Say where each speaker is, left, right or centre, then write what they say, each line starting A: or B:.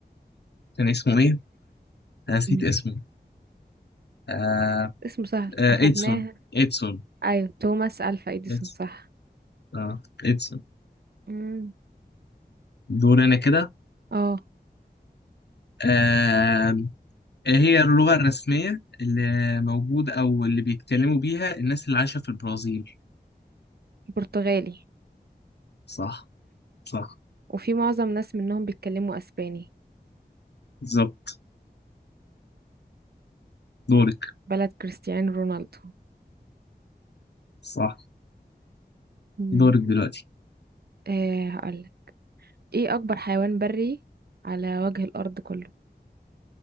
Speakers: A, on the left; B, on the right.
A: كان اسمه ايه؟ آه، نسيت
B: مم.
A: اسمه آه
B: اسمه سهل
A: آه
B: اخدناها
A: ادسون ادسون
B: ايوه توماس الفا اديسون
A: ادسون
B: صح
A: اه ادسون
B: مم.
A: دوري انا كده
B: اه
A: آه إيه هي اللغة الرسمية اللي موجودة او اللي بيتكلموا بيها الناس اللي عايشة في البرازيل
B: برتغالي
A: صح صح
B: وفي معظم ناس منهم بيتكلموا اسباني
A: بالظبط دوري
B: بلد كريستيانو رونالدو
A: صح
B: مم.
A: دورك دلوقتي
B: إيه هقولك ايه اكبر حيوان بري على وجه الارض كله